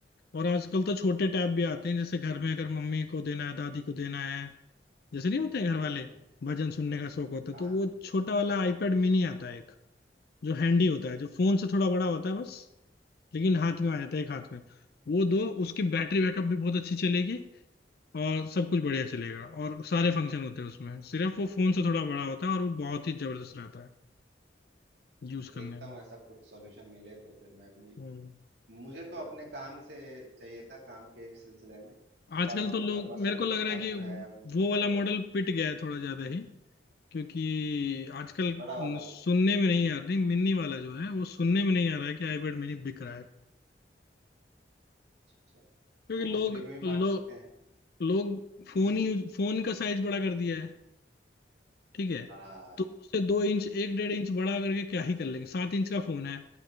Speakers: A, on the left; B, on the right.
A: और आजकल तो छोटे टैब भी आते हैं जैसे घर में अगर मम्मी को देना है दादी को देना है जैसे नहीं होते हैं घर वाले
B: हम्म,
A: भजन सुनने का शौक होता है
B: हाँ
A: तो वो छोटा वाला आईपैड मिनी आता है एक जो हैंडी होता
B: अच्छा
A: है
B: अच्छा
A: जो
B: अच्छा
A: फोन से थोड़ा बड़ा होता है बस लेकिन हाथ में आ जाता है एक हाथ में वो दो उसकी बैटरी बैकअप भी बहुत अच्छी चलेगी और सब कुछ बढ़िया चलेगा और सारे फंक्शन होते हैं उसमें सिर्फ वो फोन से थोड़ा बड़ा होता है और वो बहुत ही जबरदस्त रहता है यूज
B: देखता
A: करने में
B: हूँ ऐसा कुछ सॉल्यूशन मिले तो फिर मैं भी
A: हम्म।
B: मुझे तो अपने काम से चाहिए था काम के इस सिलसिले में
A: आजकल
B: यार मम्मी
A: तो लोग
B: पापा
A: मेरे
B: सब
A: को
B: लोग
A: लग
B: के
A: रहा
B: पास
A: है कि
B: तो है अपने
A: वो
B: फोन
A: वाला
B: वगैरह
A: मॉडल पिट गया है थोड़ा ज्यादा ही क्योंकि आजकल
B: बड़ा वाला
A: सुनने में नहीं आ रही मिनी वाला जो है वो सुनने में नहीं आ रहा है कि आईपैड मिनी बिक रहा है
B: अच्छा अच्छा
A: क्योंकि
B: तो वो
A: लोग
B: फ्री में भी बांट
A: लोग
B: सकते हैं
A: लोग फोन
B: हम्म,
A: ही फोन का साइज बड़ा कर दिया है ठीक है
B: हाँ
A: तो उससे दो इंच एक डेढ़ इंच बड़ा करके क्या ही कर लेंगे सात इंच का फोन है